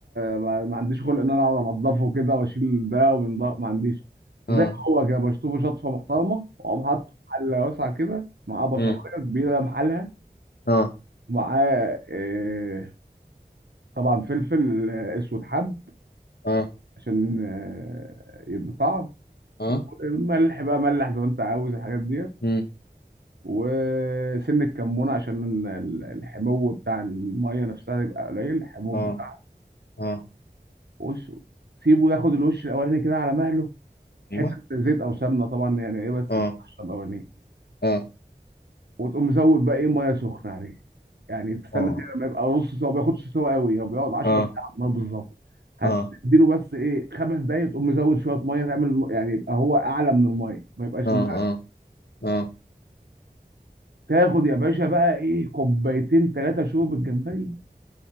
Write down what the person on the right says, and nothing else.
ما, ما عنديش خلق ان انا اقعد انضفه كده واشيل ده ومن ده ما عنديش زي
ما هو كده بشطفه شطفه محترمه واقوم حاطه في حله واسعه كده معاه بصلايه
كبيره محلها
معاه آه، طبعا فلفل آه، اسود حب
عشان آه، يدي طعم
ملح بقى ملح زي ما انت عاوز الحاجات ديت
وسن الكمون عشان ال- الحمو بتاع الميه نفسها يبقى قليل الحموض
بتاعه
وش سيبه ياخد الوش الاولاني كده على مهله حته
زيت او سمنه طبعا يعني ايه بس
القشره الاولانيه
وتقوم مزود بقى ايه ميه سخنه عليه يعني تستنى
كده ما يبقى نص سوا ما بياخدش سوا قوي هو بيقعد 10
دقايق على النار بالظبط هتديله
بس ايه خمس دقايق تقوم مزود شويه ميه تعمل يعني يبقى هو اعلى من الميه ما يبقاش
الميه
تاخد يا باشا بقى ايه كوبايتين ثلاثه شوربه جمبري